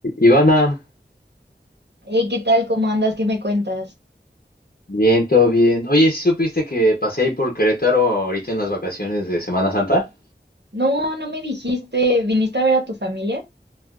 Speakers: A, on the left; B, on the right.
A: Ivana,
B: Hey, ¿qué tal? ¿Cómo andas? ¿Qué me cuentas?
A: bien, todo bien. Oye, ¿sí supiste que pasé ahí por Querétaro ahorita en las vacaciones de Semana Santa?
B: No, no me dijiste, ¿viniste a ver a tu familia?